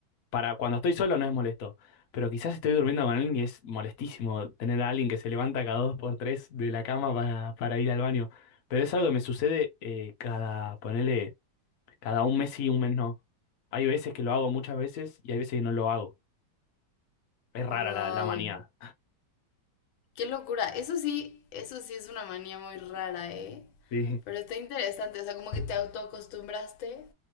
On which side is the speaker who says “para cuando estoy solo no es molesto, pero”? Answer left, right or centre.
Left